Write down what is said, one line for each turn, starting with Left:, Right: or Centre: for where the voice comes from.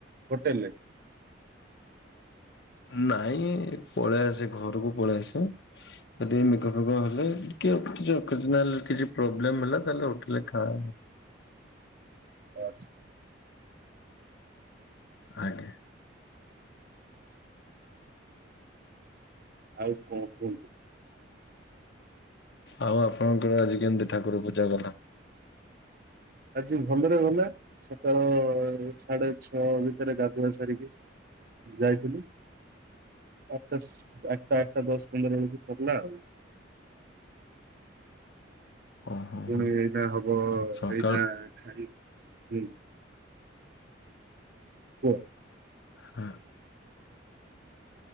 Right: ହୋଟେଲରେ?
Left: ନାଇଁ ପଳେଆସେ ଘରକୁ ପଳେଆସେ। ଯଦି ଏ ମେଘ ଫେଗ ହେଲେ କି କିଛି ଅକେଜନାଲ କିଛି ପ୍ରୋବ୍ଲେମ ହେଲା ତାହଲେ ହୋଟେଲରେ ଖାଏ।
Right: ଓ ଆଛା।
Left: ଆଜ୍ଞା।
Right: ଆଉ କଣ କୁହନ୍ତୁ।
Left: ଆଉ ଆପଣଙ୍କର ଆଜି କେମତି ଠାକୁର ପୂଜା ଗଲା।
Right: ଆଜି ଭଲରେ ଗଲା ସକାଳ ସାଢେ ଛଅ ଭିତରେ ଗାଧୁଆ ସାରିକି ଯାଇଥିଲି ଆଠଟା ସା ଆଠଟା ଆଠଟା ଦଶ ପନ୍ଦର ବେଳକୁ ସରଲା ଆଉ।
Left: ଓହୋ
Right: ପୁଣି
Left: ହୋ
Right: ଏଇନା ହବ
Left: ସକାଳ
Right: ଏଇଟା ଖାଇ ହୁଁ। କୁହ।
Left: ହଁ।